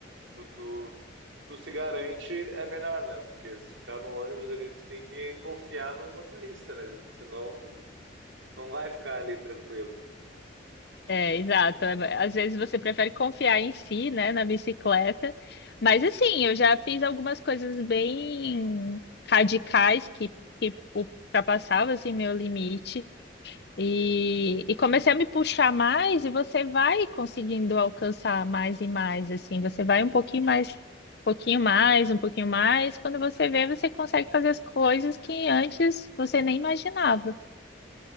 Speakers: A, on the right (about 75°); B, on the left (about 55°).
A: tu, tu, tu se garante é melhor, né? Porque se tu ficar no ônibus ali, tu tem que confiar no motorista, né? Senão tu não vai ficar ali tranquilo.
B: É, exato. É, Às vezes você prefere confiar em si, né, na bicicleta. Mas assim, eu já fiz algumas coisas bem radicais que, que ultrapassavam assim, meu limite. E, e comecei a me puxar mais, e você vai conseguindo alcançar mais e mais, assim, você vai um pouquinho mais, um pouquinho mais, um pouquinho mais. Quando você vê, você consegue fazer as coisas que antes você nem imaginava.